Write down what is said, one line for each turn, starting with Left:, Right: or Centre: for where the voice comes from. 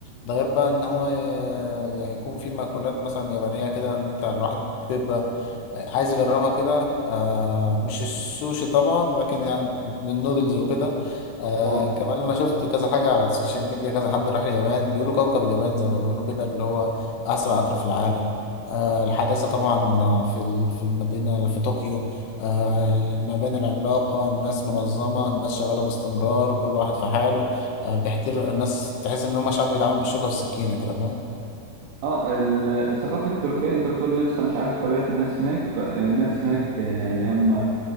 Left: ده غير بقى إن هو ي- يعني يكون في مأكولات مثلا يابانية كده إن أنت الواحد بيبقى عايز اجربها كده آه مش السوشي طبعا لكن يعني النودلز وكده آه
Right: اه
Left: كمان انا شفت كذا حاجه على السوشيال ميديا كذا حد راح اليابان بيقولوا كوكب اليابان زي ما بيقولوا كده اللي هو اسرع قطر في العالم آه الحداثه طبعا في ال- في المدينه في طوكيو آه المباني العملاقه الناس منظمه الناس شغاله باستمرار كل واحد في حاله آه بيحترم الناس تحس ان هم شعب بيتعامل بالشوكه والسكينه كده فاهم
Right: اه ال- الثقافة التركية أنت بتقول لسه مش عارف طبيعة الناس هناك فالناس هناك
Left: مم.
Right: يعني هم